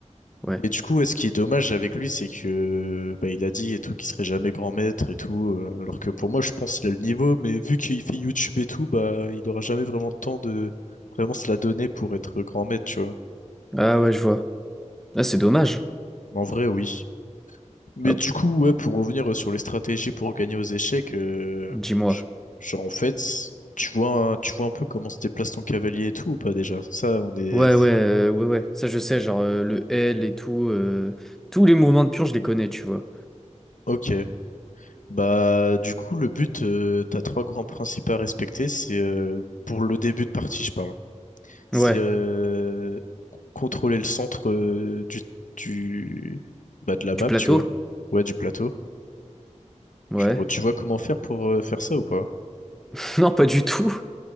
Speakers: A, in the centre; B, on the left (about 85°).
A: Ouais.
B: Mais du coup, ouais, ce qui est dommage avec lui, c'est que bah, il a dit et tout qu'il serait jamais grand maître et tout, euh, alors que pour moi, je pense qu'il a le niveau, mais vu qu'il fait YouTube et tout, bah il aura jamais vraiment le temps de vraiment se la donner pour être grand maître, tu vois.
A: Ah ouais, je vois. Ah, c'est dommage.
B: Mais en vrai, oui. Mais
A: Hop,
B: du coup, ouais, pour revenir euh, sur les stratégies pour gagner aux échecs, euh,
A: dis-moi.
B: j- genre en fait, tu vois, un- tu vois un peu comment se déplace ton cavalier et tout ou pas déjà? Ça, on est.
A: Ouais, ouais, euh, ouais, ouais. Ça, je sais, genre euh, le L et tout. euh, tous les mouvements de pion, je les connais, tu vois.
B: Ok. Bah, du coup, le but, euh, t'as trois grands principes à respecter. C'est euh, pour le début de partie, je parle. C'est
A: Ouais.
B: euh, contrôler le centre euh, du, du bah, de la map,
A: Du plateau?
B: tu vois. Ouais, du plateau.
A: Ouais.
B: Genre, tu vois comment faire pour euh, faire ça ou pas?
A: <laughs> Non, pas du tout.